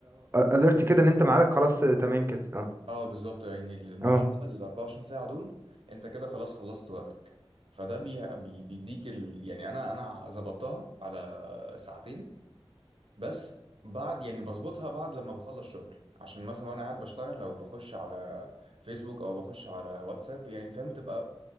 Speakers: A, on the right; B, on the right.
A: الرت كده ان انت معاك خلاص آه، تمام كده اه
B: اه بالظبط يعني النهارده
A: اه
B: ال 24 ساعه دول انت كده خلاص خلصت وقتك فده بي بي- بيديك ال... يعني انا انا ظبطتها على ساعتين بس بعد يعني بظبطها بعد لما بخلص شغل عشان مثلا وانا قاعد بشتغل لو بخش على فيسبوك او بخش على واتساب يعني فاهم تبقى